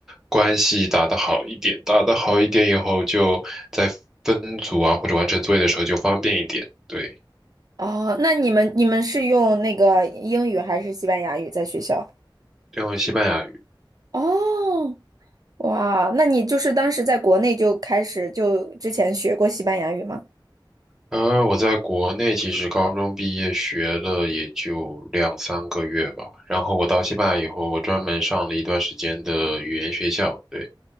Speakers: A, in the centre; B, on the right (about 45°).
A: 关系打得好一点。打得好一点以后，就在分组啊或者完成作业的时候就方便一点。对，
B: 哦，那你们你们是用那个英语还是西班牙语在学校？
A: 这样西班牙语。
B: 哦，哇，那你就是当时在国内就开始就之前学过西班牙语吗？
A: 呃，我在国内其实高中毕业学了也就两三个月吧，然后我到西班牙以后，我专门上了一段时间的语言学校。对，